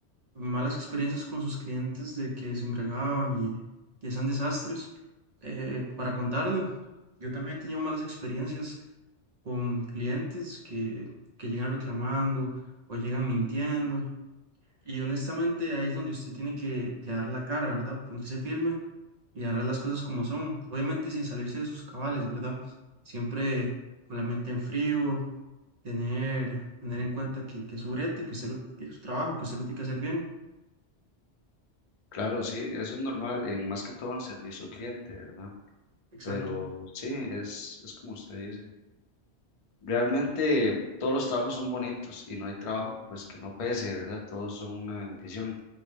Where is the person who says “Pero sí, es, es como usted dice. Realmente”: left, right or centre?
Left